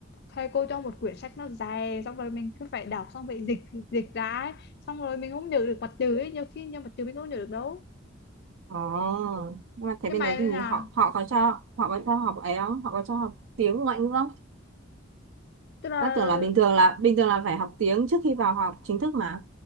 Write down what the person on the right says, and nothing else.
Ồ, nhưng mà thế
bên
đấy
thì
họ họ có cho họ có cho học ấy không? Họ có cho học tiếng ngoại ngữ không?
Tao tưởng là bình thường là bình thường là phải học tiếng trước khi vào học chính thức mà.